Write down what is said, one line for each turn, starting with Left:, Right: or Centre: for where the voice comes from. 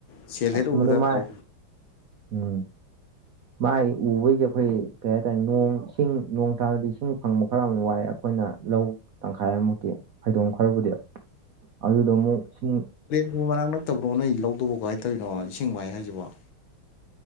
Left: ꯁꯦꯜ
Right: ꯑꯁ
Left: ꯍꯦꯛ ꯎꯕꯗ
Right: ꯃꯑꯗꯨ ꯃꯥꯏ
Left: ꯀꯥꯎ
Right: ꯎꯝ ꯃꯥꯏ ꯎꯕꯩꯖꯦ ꯑꯩꯈꯣꯏ ꯀꯩ ꯍꯥꯏꯇꯥꯔꯦ ꯅꯣꯡ ꯏꯁꯤꯡ ꯅꯣꯡ ꯇꯥꯔꯗꯤ ꯏꯁꯤꯡ ꯐꯪꯕ ꯈꯔ ꯑꯃꯨꯛ ꯋꯥꯏ ꯑꯈꯣꯏꯅ ꯂꯧ ꯇꯪꯈꯥꯏꯃꯨꯛꯇꯤ ꯐꯩꯗꯣꯝ ꯈꯔꯕꯨꯗꯤ ꯑꯗꯨꯗꯃꯨꯛ ꯁꯤꯡ
Left: ꯎ ꯃꯅꯥꯛ ꯅꯛꯇꯕ꯭ꯔꯣ ꯅꯣꯏ ꯂꯧꯗꯨꯕꯨ ꯀꯃꯥꯏ ꯇꯧꯔꯤꯅꯣ ꯏꯁꯤꯡ ꯋꯥꯏ ꯍꯥꯏꯁꯤꯕꯣ?